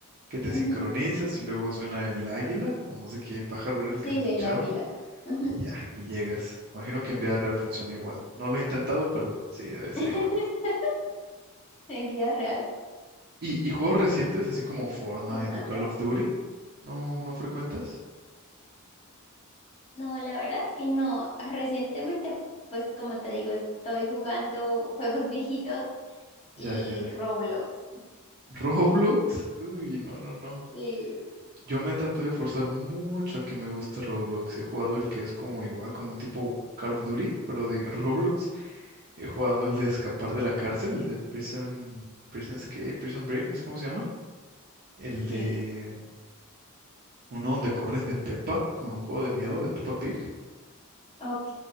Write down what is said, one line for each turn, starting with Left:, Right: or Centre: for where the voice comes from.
Right: que te
Left: Ujú.
Right: sincronizas y luego suena el águila o no sé qué pájaro era el que
Left: Sí,
Right: se escuchaba
Left: el águila. Ujú.
Right: y ya, y llegas. Imagino que en vida real funciona igual. No lo he intentado, pero sí, debe ser
Left: <laughs>
Right: igual.
Left: En vida real
Right: ¿Y, y juegos recientes, así como Fortnite
Left: te matas.
Right: o Call of Duty? ¿No, no frecuentas?
Left: No, la verdad es que no. Recientemente, pues como te digo, estoy jugando juegos viejitos y
Right: Ya, ya.
Left: Roblox.
Right: <laughs> ¿Roblox? Uy, no, no, no.
Left: Sí.
Right: Yo me trato de forzar mucho a que me guste Roblox. He jugado el que es como igual, como un tipo Call of Duty, pero de <laughs> Roblox. He jugado el de escapar de la cárcel, el de Prison, Prison Escape, Prison Break, no sé cómo se llama. El
Left: Sí,
Right: de uno donde corres de Peppa, como en un juego de miedo de Peppa Pig.
Left: ok,